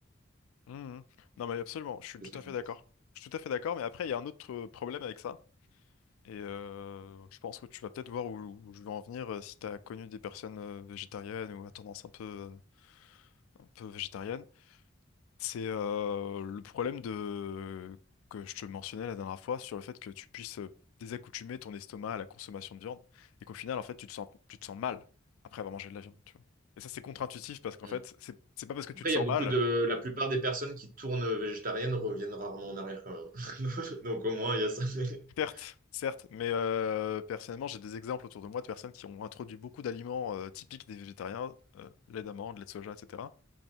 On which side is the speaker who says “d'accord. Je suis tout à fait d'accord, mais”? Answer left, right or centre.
Left